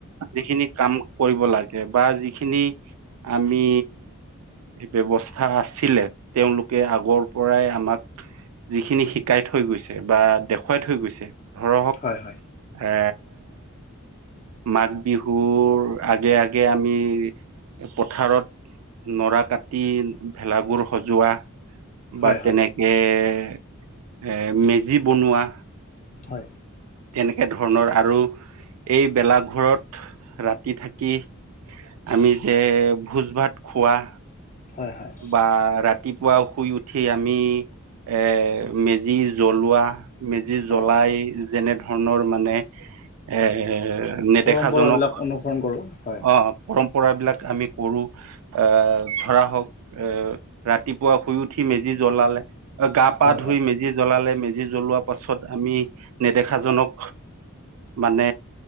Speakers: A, on the right; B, on the left.
A: যিখিনি কাম কৰিব লাগে বা যিখিনি আমি বব্যৱস্থা আছিলে। তেওঁলোকে আগৰ পৰাই আমাক যিখিনি শিকাই থৈ গৈছে বা দেখুৱাই থৈ গৈছে ধৰক
B: হয় হয়।
A: এ, মাঘ বিহুৰ আগে-আগে আমি পথাৰত নৰা কাটি ভেলাঘৰ সজোৱা। বা
B: হয় হয়
A: তেনেকে এৰ মেজি বনোৱা।
B: হয়।
A: তেনেকে ধৰণৰ আৰু এই ভেলাঘৰ ত ৰাতি থাকি আমি যে ভোজ ভাত খোৱা।
B: হয় হয়।
A: বা ৰাতি পোৱা শুই উঠি আমি এ মেজি জ্বলোৱা। মেজি জ্বলাই
B: অ'
A: যেনে ধৰণৰ মানে এৰ নেদেখাজনক
B: পৰম্পৰাবিলাক অনুসৰণ কৰোঁ হয়।
A: অ' পৰম্পৰা বিলাক আমি কৰো এ ধৰা হওক এ ৰাতিপুৱা শুই উঠি মেজি জ্বলালে, গা -পা
B: হয়
A: ধুই
B: হয়।
A: মেজি জ্বলালে মেজি জ্বলোৱা পাছত আমি নেদেখাজনক, মানে